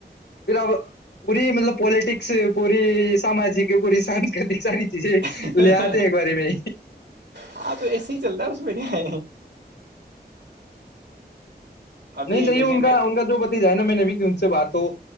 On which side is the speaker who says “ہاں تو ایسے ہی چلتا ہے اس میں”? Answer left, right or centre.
Right